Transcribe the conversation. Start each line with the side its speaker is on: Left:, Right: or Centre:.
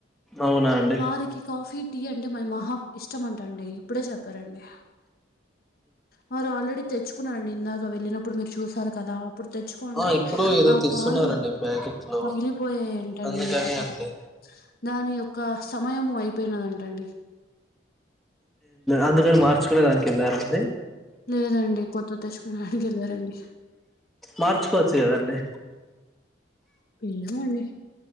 Centre: అవునా అండి
Left: వారికి కాఫీ టీ అంటే మరి మహా ఇష్టం అంటండి ఇప్పుడే చెప్పారండి వారు ఆల్రెడీ తెచ్చుకున్నారండి ఇందాక వెళ్ళినప్పుడు మీరు చూసారు కదా అప్పుడు తెచ్చుకుంటే
Centre: ఆ ఇప్పుడు ఏదో
Left: ఆ
Centre: తెస్తున్నారండి
Left: పాలు
Centre: ప్యాకెట్ లో
Left: పగిలిపోయాయి అంటండి
Centre: అందుకని
Left: పాపం
Centre: అండి
Left: దాని యొక్క సమయము అయిపోయినదంటండి
Centre: అందుకని మార్చుకునే దానికి వెళ్ళారండి
Left: లేదండి కొత్తది తెచ్చుకోవడానికి వెళ్ళారండి
Centre: మార్చుకోవచ్చు కదండి
Left: ఏమో అండి